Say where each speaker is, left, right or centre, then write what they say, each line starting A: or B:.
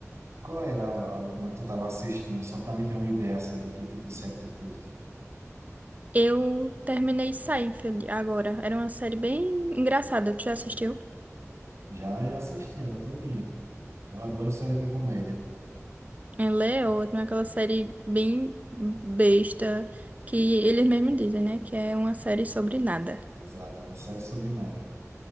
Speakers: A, on the right (about 60°); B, on the right (about 30°).
A: Qual era a a última que tu estava assistindo? Só para mim ter uma ideia assim de que tipo de série tu curte.
B: Eu terminei Seinfeld agora. Era uma série bem engraçada. Tu já assistiu?
A: Já, já assisti ela todinha. Eu adoro série de comédia.
B: Ela é ótima, aquela série bem besta que eles mesmos dizem, né? Que é uma série sobre nada.
A: Exato, é uma série sobre nada.